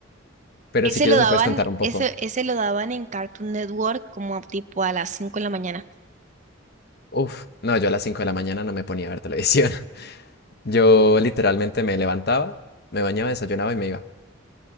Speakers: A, on the left; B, on the right.
A: Pero
B: Ese
A: si quieres
B: lo daban,
A: me puedes contar un poco.
B: ese, ese lo daban en Cartoon Network como tipo a las 5 de la mañana.
A: Uf, no, yo a las 5 de la mañana no me ponía a ver televisión. <laughs> Yo literalmente me levantaba, me bañaba, desayunaba y me iba.